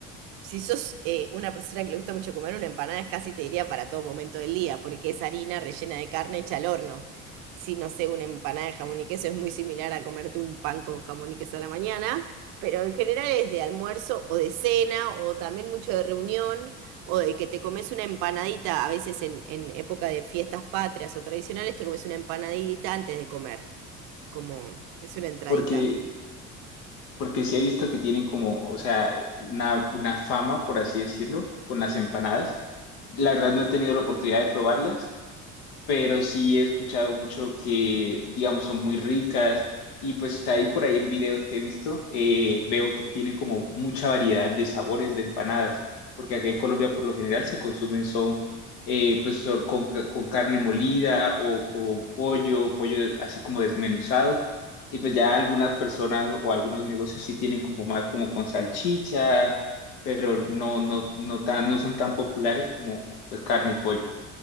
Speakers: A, on the right; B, on the left.
A: Si sos eh, una persona que le gusta mucho comer, una empanada es casi te diría para todo momento del día, porque es harina rellena de carne hecha al horno. Si no sé, una empanada de jamón y queso es muy similar a comerte un pan con jamón y queso a la mañana, pero en general es de almuerzo o de cena, o también mucho de reunión, o de que te comes una empanadita, a veces en, en época de fiestas patrias o tradicionales, te comes una empanadita antes de comer, como es una entradita.
B: Porque Porque sí he visto que tienen como, o sea, una, una fama, por así decirlo, con las empanadas. La verdad no he tenido la oportunidad de probarlas, pero sí he escuchado mucho que, digamos, son muy ricas y pues ahí por ahí en videos que he visto, eh, veo que tienen como mucha variedad de sabores de empanadas, porque aquí en Colombia por lo general se consumen son, eh, pues son con, ca- con carne molida o con pollo, pollo así como desmenuzado. Y pues ya algunas personas o algunos negocios sí tienen como más como con salchicha, pero no, no, no tan, no son tan populares como pues carne y pollo.